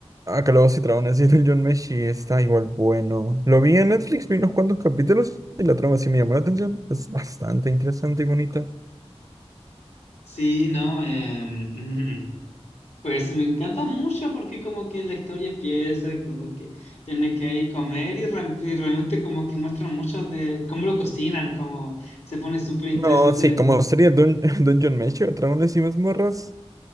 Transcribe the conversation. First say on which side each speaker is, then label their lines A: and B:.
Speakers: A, on the right (about 30°); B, on the left (about 75°).
A: Ah, Calabozos y Dragones y el John Meshi está igual bueno. Lo vi en Netflix, vi unos cuantos capítulos y la trama sí me llamó la atención. Es bastante interesante y bonita.
B: Sí, no, em, mm, pues me encanta mucho porque como que la historia empieza, como que tiene que ir comer y, re- y realmente como que muestran mucho de cómo lo cocinan, como se pone súper interesante.
A: No, sí,
B: la-
A: como sería Dun <laughs> Dungeon Meshi o <laughs> Dragones y Mazmorras.